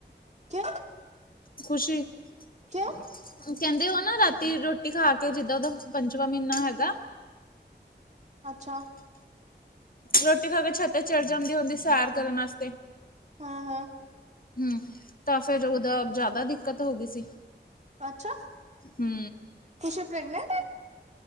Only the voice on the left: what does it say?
ਖੁਸ਼ੀ
ਕਹਿੰਦੇ ਉਹ ਨਾ ਰਾਤੀ ਰੋਟੀ ਖਾ ਕੇ, ਜਿੱਦਾਂ ਉਹਦਾ ਪੰਜਵਾਂ ਮਹੀਨਾ ਹੈਗਾ।
ਰੋਟੀ ਖਾ ਕੇ ਛੱਤੇ ਚੜ ਜਾਂਦੀ ਹੁੰਦੀ, ਸੈਰ ਕਰਨ ਵਾਸਤੇ
ਹੂ, ਤਾਂ ਫਿਰ ਉਹਦਾ, ਜ਼ਿਆਦਾ ਦਿੱਕਤ ਹੋ ਗਈ ਸੀ।
ਹੁ